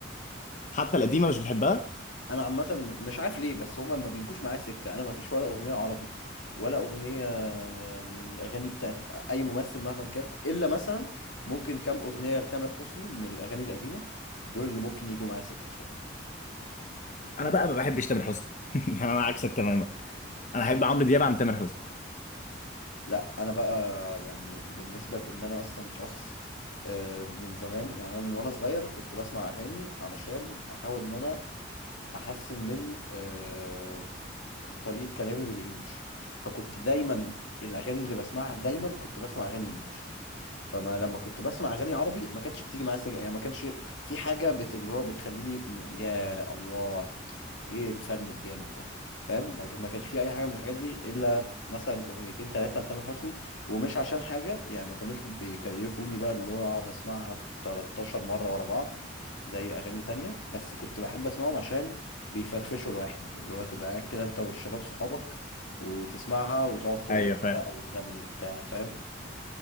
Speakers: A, on the left; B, on the left.
A: حتى القديمه مش بتحبها
B: انا عامه م- مش عارف ليه بس هما ما بيجوش معايا سكه انا ما فيش ولا اغنيه عربي ولا اغنيه من الاغاني بتاعت اي ممثل مهما كان الا مثلا ممكن كام اغنيه لتامر حسني من الاغاني القديمه دول اللي ممكن يجوا معايا سكه شويه
A: انا بقى ما بحبش تامر حسني <laughs> يعني انا عكسك تماما انا احب عمرو دياب عن تامر حسني
B: لا انا بقى يعني بالنسبه لان انا اصلا شخص آه، من زمان يعني انا من وانا صغير كنت بسمع اغاني علشان احاول ان انا احسن من آه، طريقة كلامي بالانجلش فكنت دايما الاغاني اللي بسمعها دايما كنت بسمع اغاني انجلش فما لما كنت بسمع اغاني عربي ما كانتش بتيجي معايا سكه يعني ما كانش في حاجة بت اللي هو بتخليني م- يا الله ايه الفن الجامد ده فاهم ما كان- ما كانش في اي حاجة من الحاجات دي الا مثلا اغنيتين ثلاثة لتامر حسني ومش عشان حاجة يعني ما كانوش بيكيفوني بقى اللي هو اقعد اسمعها 13 مرة ورا بعض زي اغاني تانية بس كنت بحب اسمعهم عشان بيفرفشوا الواحد اللي هو تبقى قاعد كده انت والشباب صحابك وتسمعها وتقعد ترقص
A: ايوه فاهم
B: بقى وتغنوا وبتاع فاهم